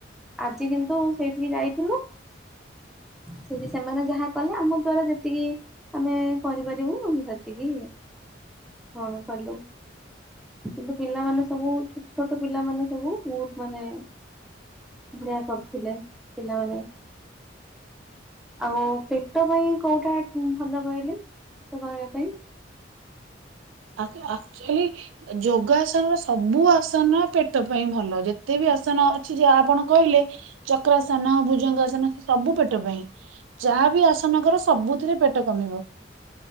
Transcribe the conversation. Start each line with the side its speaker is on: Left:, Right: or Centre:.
Centre: ଆଜି କିନ୍ତୁ ସେଇଠିକି ଯାଇଥିଲୁ ସେଠି ସେମାନେ ଯାହା କଲେ ଆମ ଦ୍ୱାରା ଯେତିକି ଆମେ କରିପାରିବୁ ଏତିକି କଣ କଲୁ। କିନ୍ତୁ ପିଲାମାନେ ସବୁ ଛୋଟ ଛୋଟ ପିଲାମାନେ ସବୁ ବହୁତ ମାନେ ବଢିଆ କରୁଥିଲେ ପିଲାମାନେ। ଆଉ ପେଟ ପାଇଁ କୋଉଟା ଭଲ କହିଲି ସେତେ କହିବ। ପାଇଁ।
Right: ଆ ଆକ୍ଚୁଆଲି ଯୋଗାସନ ର ସବୁ ସବୁ ଆସନ ପେଟ ପାଇଁ ଭଲ। ଯେତେ ବି ଆସନ ଅଛି ଯାହା ଆପଣ କହିଲେ ଚକ୍ରାସନ ଭୁଜଙ୍ଗ ଆସନ ସବୁ ପେଟ ପାଇଁ। ଯାହାବି ଆସନ କର ସବୁଥିରେ ପେଟ କମିବ।